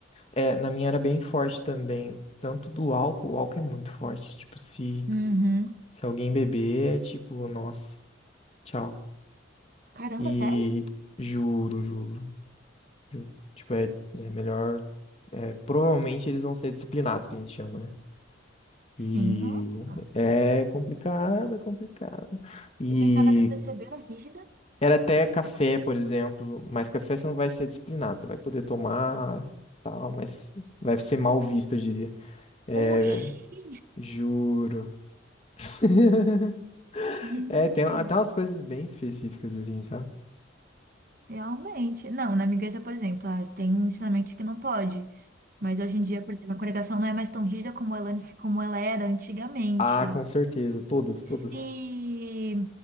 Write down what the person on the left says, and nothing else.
É, na minha era bem forte também. Tanto do álcool, o álcool é muito forte. Tipo, se,
se alguém beber, é tipo, nossa, tchau.
E
juro, juro, juro. Tipo, é, é melhor. é, provavelmente eles vão ser disciplinados, que a gente chama, né?
E
é complicado, é complicado. E
era até café, por exemplo. Mas café você não vai ser disciplinado. Você vai poder tomar, tal, mas vai ser mal visto, eu diria. É,
Juro. <laughs>
É, tem
até umas coisas bem específicas, assim, sabe?
Ah, com certeza. Todas,
todas.